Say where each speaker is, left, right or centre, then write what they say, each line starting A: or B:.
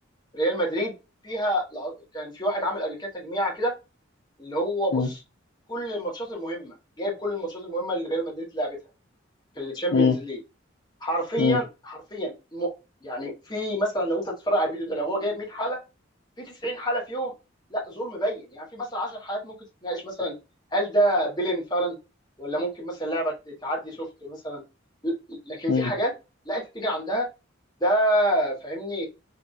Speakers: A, on the left (about 20°); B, on the left (about 60°).
A: ريال مدريد فيها الع- كان في واحد عامل قبل كده تجميعه كده اللي هو بص
B: مم.
A: كل الماتشات المهمه جايب كل الماتشات المهمه اللي ريال مدريد لعبتها في الشامبيونز
B: مم.
A: ليج حرفيا
B: مم.
A: حرفيا م... يعني في مثلا لو انت تتفرج على الفيديو ده لو هو جايب 100 حاله في 90 حاله فيهم لا ظلم بين يعني في مثلا 10 حالات ممكن تتناقش مثلا هل ده بيلين فعلا ولا ممكن مثلا لعبه تعدي سوفت مثلا ل- لكن
B: مم.
A: في حاجات لا انت تيجي عندها ده فاهمني